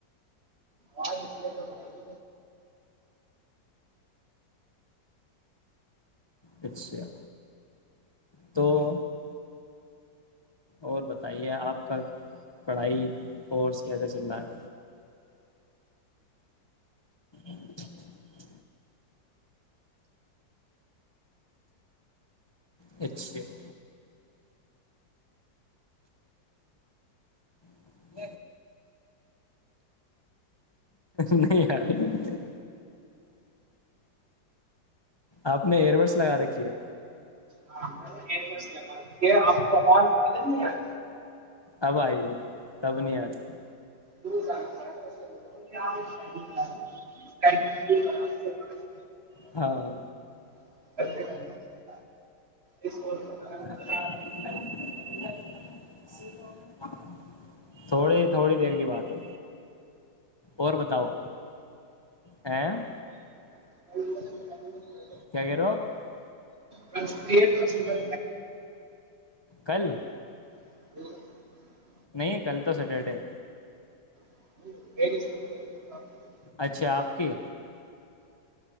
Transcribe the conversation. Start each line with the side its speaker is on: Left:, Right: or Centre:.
Right: آوج اس لیے تو <unintelligible>
Left: اچھا تو <unintelligible> اور بتائیے آپ کا پڑھائی کورس کیسے چل رہا ہے اچ <unintelligible> اچھا <unintelligible> <inaudible> نہیں ار <unintelligible> آپ نے ایئر بڈس لگا رکھی ہے
Right: ہاں <unintelligible> یہ آپ کو آواز مل نہیں آ <unintelligible>
Left: اب آ رہی ہے سب نہیں آ رہی ہے
Right: دور جا <unintelligible>
Left: ہاں
Right: ا <inaudible> اس <unintelligible>
Left: ہاں <unintelligible> تھوڑی تھوڑی دیر کی بات ہو اور بتاؤ ا <unintelligible>
Right: گے <unintelligible>
Left: کیا کہیرو <unintelligible>
Right: پرس <unintelligible>
Left: کل
Right: <unintelligible>
Left: نہیں کل تو سٹرڈے
Right: <unintelligible>
Left: اچھا آپ کی